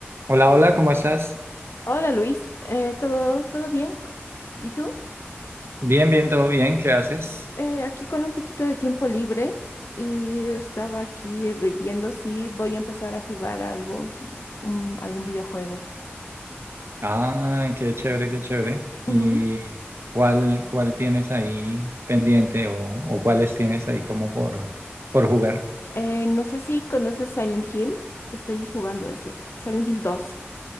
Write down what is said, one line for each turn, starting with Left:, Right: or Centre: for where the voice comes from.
Right: Hola, hola, ¿cómo estás?
Left: Hola Luis, Eh, ¿todo, todo bien? ¿Y tú?
Right: Bien, bien, todo bien, ¿qué haces?
Left: Eh, aquí con un poquito de tiempo libre y estaba aquí eh, vi- viendo si voy a empezar a jugar algo, un- algún videojuego.
Right: Ah, qué chévere, qué chévere.
Left: Ujú.
Right: ¿Y cuál, cuál tienes ahí pendiente o, o cuáles tienes ahí como por, por jugar?
Left: Eh, no sé si conoces Silent Hill, estoy jugando ese, Silent Hill dos.